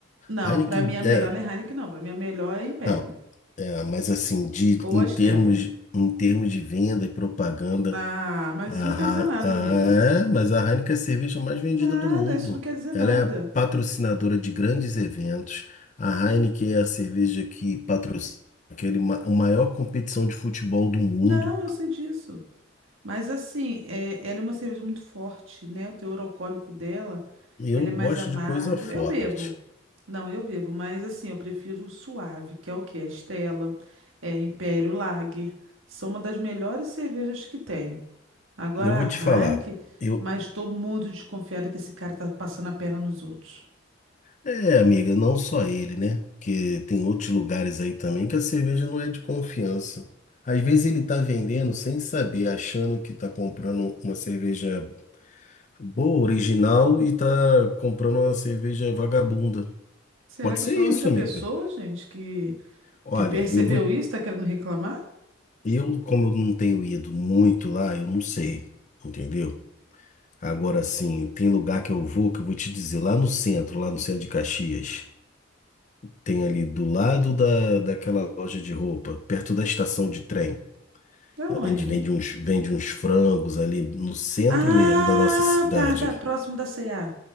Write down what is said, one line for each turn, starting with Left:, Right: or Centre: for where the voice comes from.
Right: Não,
Left: Heineken
Right: para mim a melhor
Left: é.
Right: não é Heineken, não. Para mim a melhor é Império.
Left: Não, é, mas assim, de,
Right: Ou
Left: em
Right: a
Left: termos,
Right: Stella.
Left: em termos de venda e propaganda.
Right: Ah, mas
Left: A
Right: isso não quer dizer
Left: Ha-
Right: nada,
Left: ah,
Right: amigo.
Left: é, mas a Heineken é a cerveja mais vendida
Right: Nada,
Left: do mundo.
Right: isso não quer dizer nada.
Left: Ela é a patrocinadora de grandes eventos. A Heineken é a cerveja que patrocina aquele, ma- a maior competição de futebol do mundo.
Right: Não, eu sei disso. Mas assim, é, ela é uma cerveja muito forte, né? O teor alcoólico dela,
Left: Eu
Right: ela
Left: gosto
Right: é mais amarga.
Left: de coisa forte.
Right: Eu bebo. Não, eu bebo, mas assim, eu prefiro o suave, que é o quê? A Stella, é Império Lager. São uma das melhores cervejas que tem. Agora
Left: Eu vou
Right: a
Left: te falar.
Right: Heineken,
Left: Eu,
Right: mas estou muito desconfiada que esse cara tá passando a perna nos outros.
Left: é, amiga, não só ele, né? Porque tem outros lugares aí também que a cerveja não é de confiança. Às vezes ele tá vendendo sem saber, achando que tá comprando uma cerveja Boa, original e tá comprando uma cerveja vagabunda.
Right: Será
Left: Pode
Right: que
Left: ser
Right: eu sou
Left: isso,
Right: a única
Left: amiga.
Right: pessoa, gente, que,
Left: Olha,
Right: que percebeu
Left: eu vou.
Right: isso, tá querendo reclamar?
Left: Eu, como eu não tenho ido muito lá, eu não sei, entendeu? Agora sim, tem lugar que eu vou que eu vou te dizer, lá no centro, lá no centro de Caxias, tem ali do lado da, daquela loja de roupa, perto da estação de trem.
Right: É onde?
Left: A gente vende uns, vende uns frangos ali no centro
Right: Ah,
Left: mesmo da nossa cidade.
Right: tá, tá, próximo da C&A.